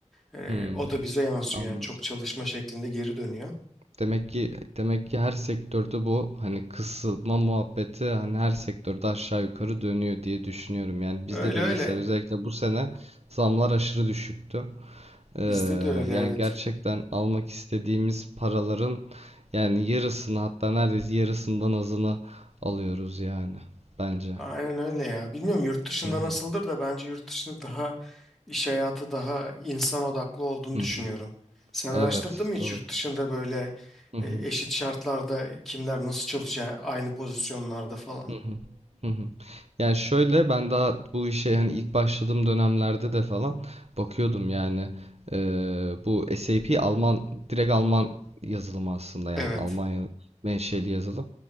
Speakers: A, in the centre; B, on the right.
A: e,
B: Hı.
A: o da bize yansıyor
B: Anladım.
A: yani çok çalışma şeklinde geri dönüyor.
B: Demek ki demek ki her sektörde bu hani kısılma muhabbeti hani her sektörde aşağı yukarı dönüyor diye düşünüyorum. Yani
A: Öyle
B: bizde de
A: öyle.
B: mesela özellikle bu sene zamlar aşırı düşüktü. Ee,
A: Bizde de öyle
B: yani
A: evet.
B: gerçekten almak istediğimiz paraların yani yarısını hatta neredeyse yarısından azını alıyoruz yani bence.
A: Aynen öyle ya. Bilmiyorum yurt dışında
B: Hı hı.
A: nasıldır da bence yurt dışında daha iş hayatı daha insan odaklı olduğunu
B: Hı
A: düşünüyorum.
B: hı.
A: Sen
B: Evet,
A: araştırdın mı hiç
B: doğru.
A: yurt dışında böyle
B: Hı
A: e,
B: hı.
A: eşit şartlarda kimler nasıl çalışıyor aynı pozisyonlarda falan?
B: Hı hı. Hı hı. Yani şöyle ben daha bu işe hani ilk başladığım dönemlerde de falan bakıyordum yani Eee, bu SAP Alman direkt Alman yazılımı aslında yani
A: Evet.
B: Almanya menşeli yazılım.